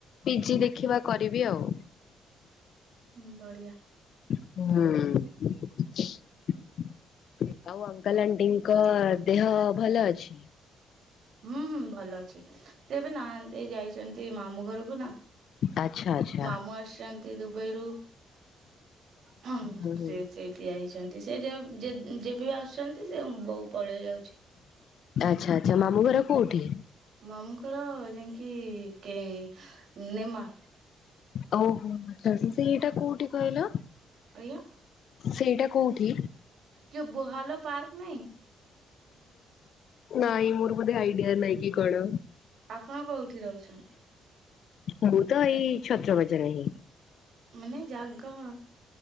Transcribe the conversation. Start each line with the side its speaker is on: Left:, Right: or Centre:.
Left: ପିଜି ଦେଖିବା କରିବି ଆଉ।
Right: ହୁଁ ବଢ଼ିଆ।
Left: ହୁଁ। ଆଉ ଅଙ୍କଲ୍ ଆଣ୍ଟିଙ୍କ ଦେହ ଭଲ ଅଛି?
Right: ହୁଁ-ହୁଁ ଭଲ ଅଛି ସେ ଏବେ ନାହାନ୍ତି ଯାଇଚ ନ୍ତି, ମାମୁଁ ଘରକୁ ନା
Left: ଆଚ୍ଛା ଆଚ୍ଛା।
Right: ମାମୁଁ ଆସିଛନ୍ତି ଦୁବାଇରୁ ହଁ-ହଁ।
Left: ହୁଁ
Right: ସେ
Left: ହୁଁ
Right: ସେଇଠି ଯାଇଚନ୍ତି, ସେ ଯେ-ଯେ ଯେବେ ବି ଆସୁଛନ୍ତି ସେ ବୋଉ ପଳେଇ ଯାଉଛି।
Left: ଆଛା-ଆଚ୍ଛା ମାମୁଁ ଘର କୋଉଠି?
Right: ମାମୁଁଘର ଯାଇକି କେ ନେମା
Left: ଓହୋ ସେ ଏଇଟା କୋଉଠି କହିଲ?
Right: ଆଜ୍ଞା
Left: ସେଇଟା କୋଉଠି?
Right: ଯୋଉ ବୋହାଲ ପାର୍କ ନାହିଁ।
Left: ନାଇଁ ମୋର ବୋଧେ ଆଇଡିଆ ନାହିଁ କି କଣ।
Right: ଆପଣ କୋଉଠି ରହୁଛନ୍ତି?
Left: ମୁଁ ତ ଏଇ ଛତ୍ର ବଜାର ହିଁ।
Right: ମାନେ ଜାଗ